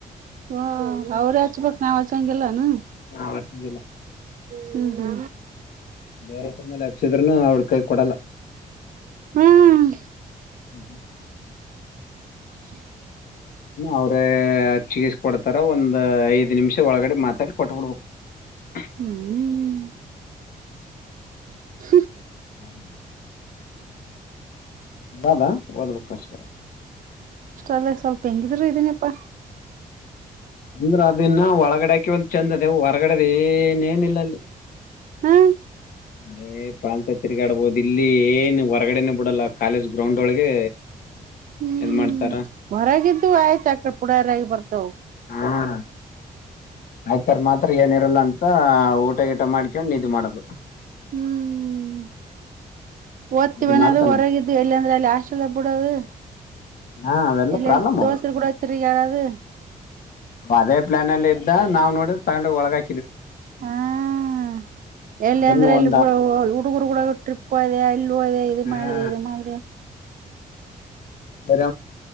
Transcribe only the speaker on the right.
ಹಾ ಅವ್ರ ಹಚ್ಬೇಕ್ ನಾವ್ ಆಚಂಗಿಲ್ಲೆನ
ಹ್ಮ್ ಹ್ಮ
ಹ್ಮ್
ಹ
ಹ್ಮ್ ಹ
ಅಲ್ಲೆ ಸ್ವಲ್ಪ ಹೆಂಗಿದ್ರು ಇದೀನಪ್ಪಾ
ಹ್ಮ
ಹ್ಮ್
ಹೊರಗಂತು ಆಯ್ತ ಅಕಡೆ ಪುಡಾರಾಗಿ ಬರ್ತಾವ
ಹ್ಮ್ ಓದ್ತೀವಿನದು
ಹೊರಗಿದ್ದು ಎಲ್ಲ ಅಂದ್ರೆ ಅಲ್ಲಿ ಹಾಸ್ಟೆಲ್ ಬಿಡೋದು
ಇಲ್ಲ
ದೋಸ್ತರು
ಕೂಡ ತರಿಗಾಡುದು
ಹ್ಮ ಎಲ್ಲಿ
ಅಂದ್ರೆ
ಇಲ್ಲಿ ಹುಡುಗರು ಕೂಡ ಟ್ರಿಪ್ ಹೋದೆ ಇಲ್ಲಿ ಹೋದೆ ಇ
ಮಾಡ್ದ ಇದ ಮಾಡಿದೆ